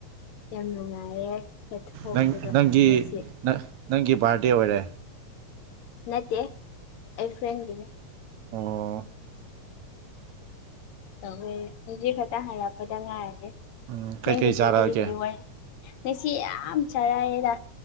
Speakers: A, on the left; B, on the right.
A: ꯌꯥꯝ ꯅꯨꯡꯉꯥꯏꯔꯦ ꯆꯠꯊꯣꯛꯄꯗꯣ
B: ꯅꯪ ꯅꯪꯒꯤ
A: ꯅꯣꯏꯁꯤ
B: ꯅꯪ ꯅꯪꯒꯤ ꯕꯥꯔꯗꯦ ꯑꯣꯏꯔꯦ
A: ꯅꯠꯇꯦ ꯑꯩ ꯐ꯭ꯔꯦꯟꯒꯤꯅꯦ
B: ꯑꯣ
A: ꯇꯧꯦ ꯍꯧꯖꯤꯛ ꯈꯛꯇꯪ ꯍꯜꯂꯛꯄꯗ ꯉꯥꯏꯔꯔꯦ
B: ꯎꯝ ꯀꯩꯀꯩ
A: ꯅꯪꯒꯤꯗꯤ
B: ꯆꯥꯔꯛꯑꯒꯦ
A: ꯀꯔꯤ ꯀꯔꯤ ꯋꯥ ꯅꯁꯤ ꯌꯥꯝ ꯆꯔꯥꯏꯌꯦꯦꯗ